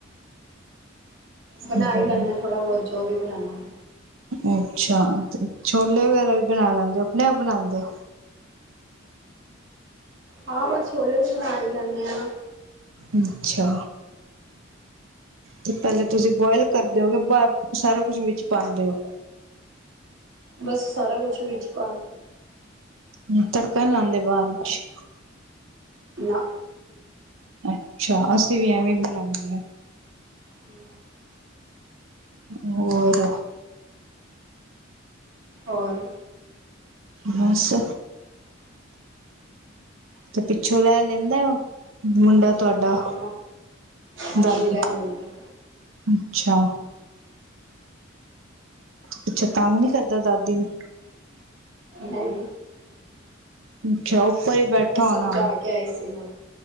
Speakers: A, on the right; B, on the right.
A: ਬਨਾ
B: ਹਮ
A: ਈ ਲੈਂਨੇ ਆ ਥੋੜਾ ਬੋਤ ਜੋ ਵੀ ਬਣਾਨਾ ਹੋਂਦਾ।
B: ਅੱਛਾ, ਤੇ ਛੋਲੇ ਵਗੈਰਾ ਵੀ ਬਨਾ ਲੈਂਦੇ ਓ ਅਪਨੇ ਆਪ ਬਣਾਦੇ ਓ?
A: ਹਾਂ ਬਸ ਛੋਲੇ ਵੀ ਬਣਾ ਈ ਲੈਂਨੇ ਆਂ।
B: ਅੱਛਾ। ਤੇ ਪੈਲੇ ਤੁਸੀਂ ਬੋਏਲ ਕਰਦੇ ਓ ਕੇ ਬਾ, ਸਾਰਾ ਕੁਜ ਵਿੱਚ ਪਾਂਦੇ ਓ?
A: ਬਸ ਸਾਰਾ ਕੁਛ ਵਿੱਚ ਪਾ ਕੇ।
B: ਹੂੰ, ਤੜਕਾ ਨੀ ਲਾਂਦੇ ਬਾਦੀ ਚ?
A: ਨਾ।
B: ਅੱਛਾ, ਅਸੀਂ ਵੀ ਐਵੇਂ ਈ ਬਣਾਨੇ ਆ।
A: ਹੂੰ।
B: ਹੋਰ?
A: ਹੋਰ?
B: ਬਾੱਸ। ਅੱਛਾ, ਪਿੱਛੋਂ ਰੈ ਲੈਂਦਾ ਮੁੰਡਾ ਤੁਆਡਾ?
A: ਹਾਂ ਹਾਂਜੀ
B: ਦਾਦੀ
A: ਰਹਿ
B: ਕੋਲ,
A: ਲੈਂਦਾ
B: ਅੱਛਾ। ਪਿਛੋ ਤਾੰਗ ਨੀ ਕਰਦਾ ਦਾਦੀ ਨੂੰ?
A: ਨਈ।
B: ਅੱਛਾ ਉੱਪਰ ਈ ਬੈਠਾ ਹੋਣਾ
A: ਸਮਝਾ ਕੇ ਆਈ ਸੀ ਮੈਂ